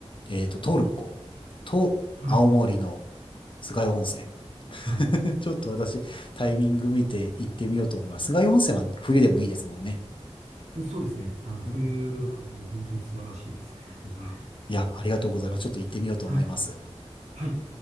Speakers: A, on the left; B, on the right.
A: えっと、トルコと青森の
B: はい、
A: 菅井温泉。<laughs>
B: はい。
A: ちょっと私、タイミング見て行ってみようと思います。菅井温泉は冬でもいいですもんね。
B: ふそうですね。あの、冬はもう本当に素晴らしいですね。
A: うんうんいや、
B: はい、
A: ありがとうございます。ちょっと行ってみようと思います。
B: はい、はい。